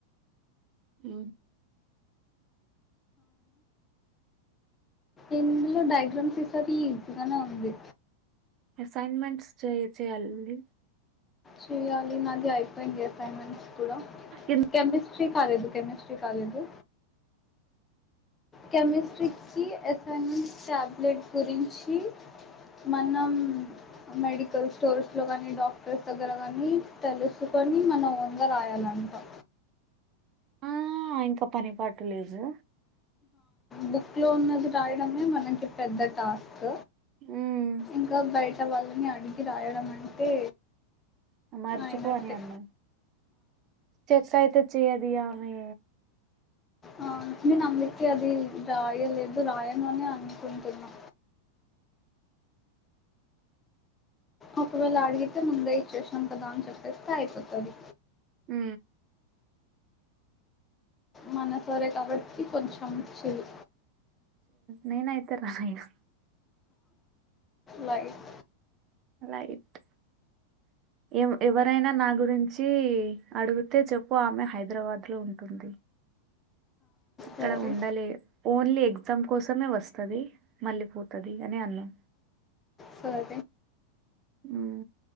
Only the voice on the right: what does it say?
ఆ
అసైన్మెంట్స్ చేయి చేయాలాంటి
ఎన్
ఆ ఇంకా పనిపాటు లేదు
ఉమ్
మరిచపోవనీ
అన్న చెక్స్యితే ఇడియా మే
అ
నేనయితే రాయను
లైట్ ఎ ఎవరైనా నా గురించి అడిగితే చెప్పు ఆమె హైదరాబాద్లో ఉంటుంది ఇక్కడ
ఉండలే ఓన్లీ ఎ తం కోసమే వస్తుంది మళ్ళీ పోతది అని అన్నాం
అ